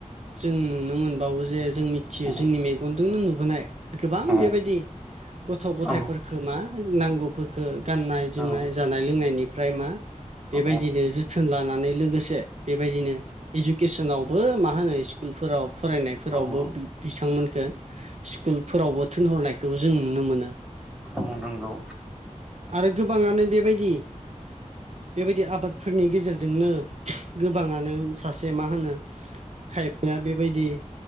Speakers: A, on the right; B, in the centre.
A: जों नुनो मोनबावो जे जों मिथियो
B: औ
A: जोंनि मेगन। गुन्दुंनो नुबोनाय गोबां
B: औ
A: बेबायदि गथ' गथायाइफोरफोरखौ
B: औ
A: मा नांगौफोरखौ गाननाय
B: औ
A: जोमनाय
B: औ
A: जानाय
B: औ
A: लोंनायनिफ्राय मा बेबायदिनो
B: औ
A: जोथ जोथोन लानानै लोगोसे बेबायदिनो इडुकेसनावबो मा होनो स्कुलफोराव फरायनाय।
B: औ
A: फोरावबो बिथांमोनखो स्कुलफोरावबो थिोनहरनायखौ जों नुनो मोनो।
B: माव नांगौ
A: आरो गोबाङानो बेबायदि बेबायदि आबादफोरनि गेजेरजोंनो गोबाङानो सासे मा होनो खायफाया बेबायदि